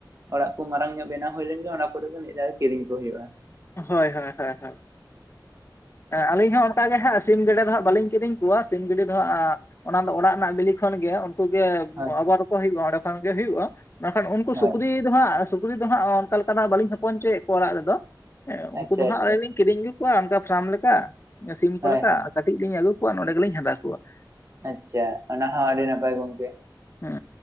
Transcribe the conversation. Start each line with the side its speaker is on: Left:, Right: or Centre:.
Right: ᱚᱲᱟᱜ ᱠᱚ ᱢᱟᱨᱟᱝ ᱧᱚᱜ ᱵᱮᱱᱟᱣ ᱦᱩᱭ ᱞᱮᱱ ᱜᱮ ᱚᱱᱟ ᱯᱚᱨᱮ ᱫᱚ ᱢᱤᱫ ᱫᱷᱟᱣ ᱠᱤᱨᱤᱧ ᱠᱚ ᱦᱩᱭᱩᱜᱼᱟ ᱾
Left: ᱦᱳᱭ ᱦᱳᱭ ᱦᱳᱭ ᱦᱳᱭ ᱾ ᱦᱮᱸ, ᱟᱹᱞᱤᱧ ᱦᱚᱸ ᱠᱟ ᱜᱮ ᱦᱟᱸᱜ ᱥᱤᱢ ᱜᱮᱰᱮ ᱫᱚ ᱦᱟᱸᱜ ᱵᱟᱹᱞᱤᱧ ᱠᱤᱫᱤᱧ ᱠᱚᱣᱟ ᱥᱤᱢ ᱜᱮᱰᱮ ᱫᱚ ᱦᱟᱸᱜ ᱚᱱᱟ ᱫᱚ ᱚᱲᱟᱜ ᱨᱮᱱᱟᱜ ᱵᱤᱞᱤ ᱠᱷᱚᱱ ᱜᱮ ᱠᱩᱜᱮ
Right: ᱦᱳᱭ
Left: ᱟᱵᱟᱨ ᱠᱚ ᱦᱩᱭᱩᱜᱼᱟ ᱚᱸᱰᱮ ᱠᱷᱟᱱ ᱜᱮ ᱦᱩᱭᱩᱜᱼᱟ ᱢᱮᱱᱠᱷᱟᱱ ᱩᱱᱠᱩ
Right: ᱦᱳᱭ
Left: ᱥᱩᱠᱨᱤ ᱫᱚ ᱦᱟᱸᱜ ᱥᱩᱠᱨᱤ ᱫᱚ ᱦᱟᱸᱜ ᱚᱱᱠᱟ ᱞᱮᱠᱟᱱᱟᱜ ᱵᱟᱹᱞᱤᱧ ᱦᱚᱯᱚᱱ ᱦᱚᱪᱚᱭᱮᱜ ᱠᱚᱭᱟ ᱚᱲᱟᱜ ᱨᱮᱫᱚ, ᱦᱮᱸ ᱩᱱᱠᱩ
Right: ᱟᱪᱪᱷᱟ
Left: ᱫᱚ ᱦᱟᱸᱜ
Right: ᱟᱪᱪᱷᱟ
Left: ᱟᱹᱞᱤᱧ ᱞᱤᱧ ᱠᱤᱨᱤᱧ ᱟᱹᱜᱩ ᱠᱚᱣᱟ ᱚᱱᱠᱟ ᱯᱷᱨᱟᱢ ᱞᱮᱠᱟ ᱥᱤᱢ ᱠᱚ
Right: ᱦᱳᱭ
Left: ᱞᱮᱠᱟ
Right: ᱦᱳᱭ
Left: ᱠᱟᱹᱴᱤᱡ ᱞᱤᱧ ᱟᱹᱜᱩ ᱠᱚᱣᱟ ᱱᱚᱸᱰᱮ ᱜᱮᱞᱤᱧ ᱦᱟᱫᱟ ᱠᱚᱣᱟ ᱾
Right: ᱟᱪᱪᱷᱟ, ᱚᱱᱟ ᱦᱚᱸ ᱟᱹᱰᱤ ᱱᱟᱯᱟᱭ ᱜᱚᱝᱠᱮ ᱾
Left: ᱦᱩᱸ